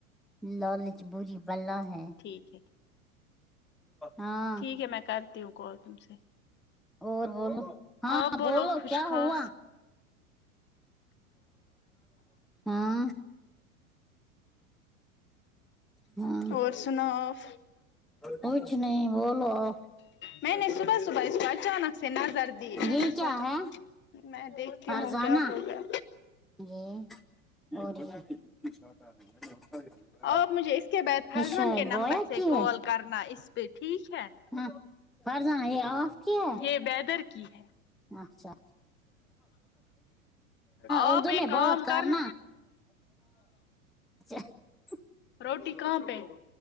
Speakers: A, in the centre; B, on the left.
A: لالچ بری بلا ہے
B: ٹھیک ہے
A: ہاں
B: ٹھیک ہے میں کرتی ہوں کال تم سے
A: اور بولو ہاں
B: آپ
A: بولو
B: کچھ
A: کیا
B: خاص
A: ہوا ہاں ہاں
B: اور سناف
A: کچھ نہیں بولو آپ
B: میں نے صبح صبح اس کو اچانک سے نظر دی میں
A: یہ
B: نے
A: کیا
B: سوچا
A: ہے
B: میں دیکھتی
A: فرزانہ
B: ہوں کیا ہوگیا
A: جی <unintelligible>
B: آپ مجھے اس کے بعد فرزان
A: ایشر
B: کے نمبر
A: بویا
B: سے
A: کی ہے
B: کال کرنا اس پہ ٹھیک ہے
A: ہاں فرزانہ یہ آف کی ہے
B: یہ ویدر کی ہے
A: اچھا
B: آپ
A: اردو
B: ایک
A: میں
B: کام
A: بہت کرنانا
B: کرنا
A: <unintelligible>
B: روٹی کہاں پہ